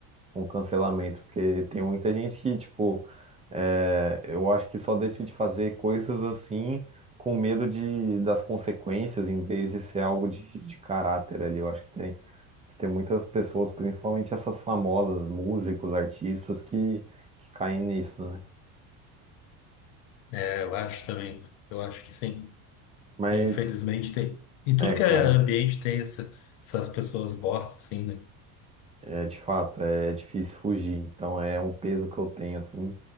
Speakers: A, on the right; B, on the left.
A: com cancelamento, porque tem muita gente que, tipo, é, eu acho que só deixa de fazer coisas assim. Com medo de, das consequências, em vez de ser algo de, de caráter ali. Eu acho que tem tem muitas pessoas, principalmente essas famosas, músicos, artistas, que, que caem nisso, né?
B: É, eu acho também, eu acho que sim.
A: Mas,
B: Infelizmente tem. Em tudo
A: é,
B: que
A: cara,
B: é ambiente tem essa- essas pessoas bosta, assim, né?
A: é de fato, é difícil fugir. Então é um peso que eu tenho, assim.